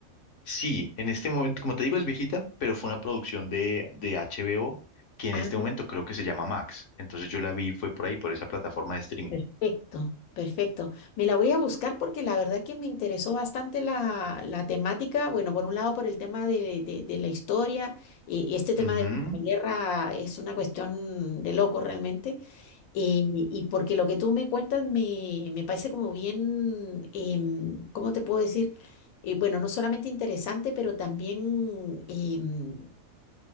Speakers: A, on the left (about 65°); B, on the left (about 80°).
A: Sí, en este momento, como te digo, es viejita, pero fue una producción de, de HBO que en
B: Ah,
A: este momento creo que se llama Max, entonces yo la vi, fue por ahí, por esa plataforma de streaming.
B: perfecto, perfecto. Me la voy a buscar porque la verdad que me interesó bastante la, la temática. Bueno, por un lado, por el tema de, de- de la historia y, y este tema
A: Ujú,
B: de la guerra es una cuestión de loco realmente. Eh, y porque lo que tú me cuentas me, me parece como bien, em, ¿cómo te puedo decir? Eh, bueno, no solamente interesante, pero también em,